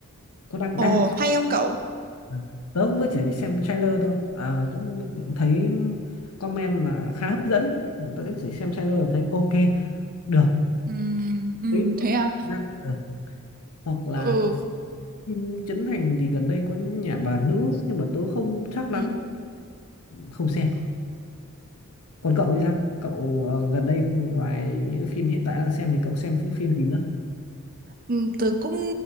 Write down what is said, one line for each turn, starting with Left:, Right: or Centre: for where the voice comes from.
Left: có đang
Right: ồ
Left: đang
Right: hay không cậu
Left: à, tớ cũng mới chỉ xem trailer thôi à, cũng thấy comment là khá hấp dẫn tớ chỉ xem trailer là thấy ok được
Right: ừ, ừ
Left: Ý,
Right: thế à
Left: ờ, hoặc là
Right: ừ
Left: phim Trấn Thành thì gần đây có nhà bà nữ nhưng mà tớ không chắc lắm
Right: ừ
Left: không xem còn cậu thì sao cậu ờ, gần đây ngoài những phim hiện tại đang xem thì cậu xem những phim gì nữa
Right: Ừ, tớ cũng